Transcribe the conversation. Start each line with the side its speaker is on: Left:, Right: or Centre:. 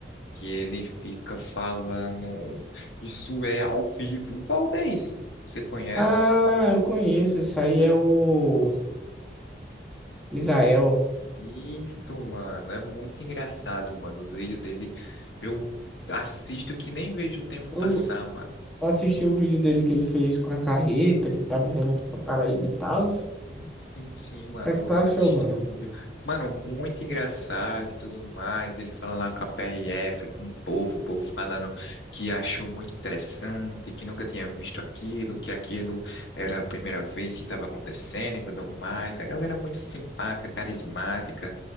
Left: que ele fica falando: Isso é ao vivo, Valdez. Você conhece?
Centre: Ah, eu conheço, esse aí é o Misael.
Left: Isso, mano, é muito engraçado, mano. Os vídeos dele eu assisto que nem vejo o tempo
Centre: Eu
Left: passar, mano.
Centre: assisti o vídeo dele que ele fez com a carreta, que tava vindo aqui pra Paraíba e tal. O
Left: Sim, sim, sim, mano.
Centre: que é que tu achou,
Left: Eu assisti
Centre: mano?
Left: o vídeo. Mano, muito engraçado e tudo mais. Ele falando lá com a PRF, com o povo, o povo falando que achou muito interessante, que nunca tinha visto aquilo, que aquilo era a primeira vez que estava acontecendo e tudo mais. A galera muito simpática, carismática.